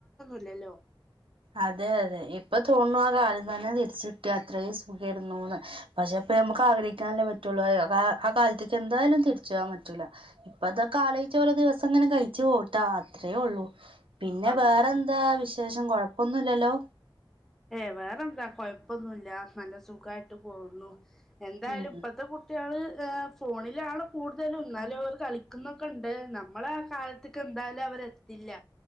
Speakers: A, in the centre; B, on the right (about 85°).
A: ല്ലല്ലോ
B: അതെ അതെ ഇപ്പൊ തോന്നു ആ കാലം തന്നെ തിരിച്ചകിട്ടിയാ എത്ര സുഖയിരുന്നു പക്ഷെപ്പ നമുക്ക് ആഗ്രഹിക്കാനല്ലേ പറ്റുള്ളു ആ കാലത്തേക്ക് എന്തായാലും തിരിച്ചു പോൻ പറ്റൂല ഇപ്പ അതാ ലോഴിച്ച പഓരോ ദിവസം ഇങ്ങനെ കഴിച്ചു കൂട്ടാ അത്രേ ഉള്ളൂ പിന്നെ
A: അതെ
B: വേറെന്താ വിശേഷം കൊയപ്പം ഒന്നുംല്ലല്ലോ
A: ഏ വേറെ എന്താ കൊഴപ്പൊന്നുമല്ല നല്ല സുഖായിട്ട് പോകുന്നു എന്തായാലും
B: ഉം
A: ഇപ്പത്തെ കുട്ടികള് ഫോണിലാണ് കൂടുതലും എന്നന്നാലും അവർ കളിക്കുന്നൊക്കെ ഉണ്ട് നമ്മള ആ കാലത്തേക്ക എന്തായാലും അവര എത്തില്ല